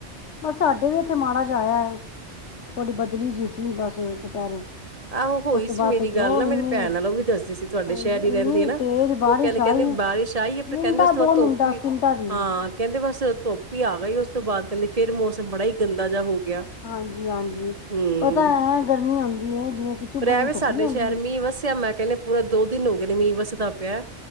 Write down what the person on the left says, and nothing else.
ਬਸ ਸਾਡੇ ਵੀ ਇੱਥੇ ਮਾੜਾ ਜਿਹਾ ਆਇਆ ਥੋੜ੍ਹੀ ਬਦਲੀ ਜਿਹੀ ਸੀ ਬਸ ਦੁਪਹਿਰੇ।
ਉਸ ਤੋਂ
ਬਾਅਦ
ਤੇ
ਜੋ
ਇੰਨੀ
ਹਾਂਜੀ
ਇੰਨੀ
ਤੇਜ਼ ਬਾਰਿਸ਼
ਆਈ
ਮਿੰਟਾਂ
ਦੋ
ਮਿੰਟਾਂ
ਸਕਿੰਟਾਂ ਦੀ
ਹਾਂਜੀ ਹਾਂਜੀ
ਪਤਾ ਐ ਗਰਮੀ ਹੁੰਦੀ ਹੈ ਜਿਵੇਂ ਕਿ ਚੁੱਭਣ
ਦੀ ਧੁੱਪ
ਨੀ ਹੁੰਦੀ
ਹੈ